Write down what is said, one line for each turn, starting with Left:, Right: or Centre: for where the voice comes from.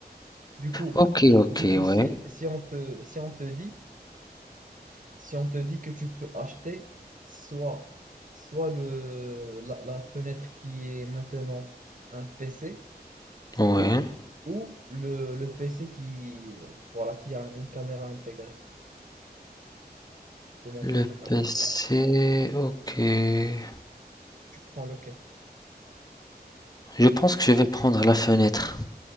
Right: Du coup,
Left: OK, OK,
Right: du coup
Left: ouais.
Right: si, si on te, si on te dit, si on te dit que tu peux acheter soit, soit le, la, la fenêtre qui est maintenant un PC
Left: Ouais.
Right: ou, ou le, le PC qui, euh, voilà, qui a une caméra intégrée. Je te montrer
Left: Le
Right: la caméra.
Left: PC,
Right: Ouais.
Left: OK.
Right: Tu prends lequel?
Left: Je pense que je vais prendre la fenêtre.